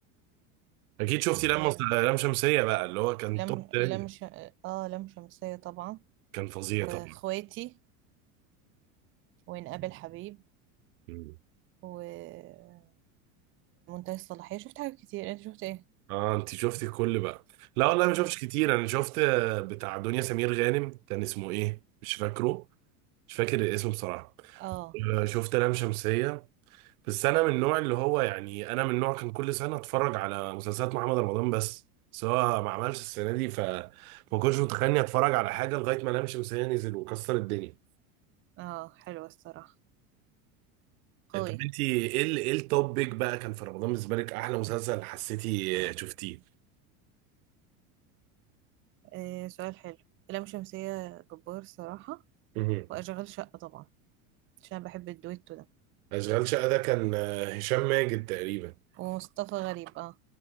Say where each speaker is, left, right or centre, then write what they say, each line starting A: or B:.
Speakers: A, on the right; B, on the right.
A: اكيد شفتي لام
B: آه
A: مص- لام شمسيه بقى اللي هو كان
B: لم
A: توب ترند
B: لم ش... اه لم شمسية طبعا
A: كان فظيع
B: واخواتي
A: طبعا
B: ونقابل حبيب
A: مم.
B: ومنتهي الصلاحية شفت حاجات كتير انت شفت ايه
A: اه انت شفتي كل بقى لا والله ما
B: مم.
A: شفتش كتير انا شفت آه، بتاع دنيا سمير غانم كان اسمه ايه مش فاكره مش فاكر الاسم بصراحه
B: اه
A: آه، شفت لام شمسيه بس انا من النوع اللي هو يعني انا من النوع كان كل سنه اتفرج على مسلسلات محمد رمضان بس سواء ما عملش السنه دي فما كنتش متخيل اني اتفرج على حاجه لغايه ما لام شمسية نزل وكسر الدنيا
B: اه حلوة الصراحة قوي
A: طب انت ايه ال- ايه التوب بيك بقى كان في رمضان بالنسبه لك احلى مسلسل حسيتي آه، شفتيه
B: آه سؤال حلو لم شمسية جبار الصراحة
A: مهم.
B: واشغال شقة طبعا عشان بحب الدويتو ده
A: اشغال شقه ده كان آه، هشام ماجد تقريبا
B: ومصطفى غريب اه